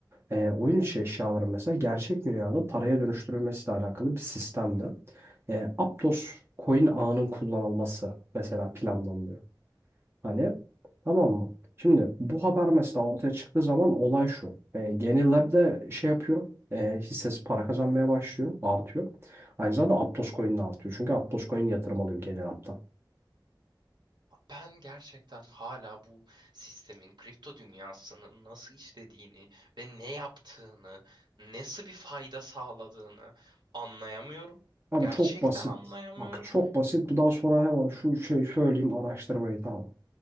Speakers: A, on the right; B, on the right.
A: e, oyun içi eşyaların mesela gerçek dünyada paraya dönüştürülmesiyle alakalı bir sistemde. E, Aptos coin ağının kullanılması mesela planlanıyor. Hani tamam mı? Şimdi bu haber mesela ortaya çıktığı zaman olay şu. E, Geni Lab şey yapıyor. E, hissesi para kazanmaya başlıyor. Artıyor. Aynı zamanda Aptos Coin de artıyor. Çünkü Aptos Coin yatırım alıyor Geni Lab'dan.
B: Ben gerçekten hala bu sistemin kripto dünyasının nasıl işlediğini ve ne yaptığını, nasıl bir fayda sağladığını anlayamıyorum.
A: Abi
B: Gerçekten
A: çok basit.
B: anlayamıyorum.
A: Bak çok basit. Bu daha sonra hemen şu şey söyleyeyim araştırmayı tamam.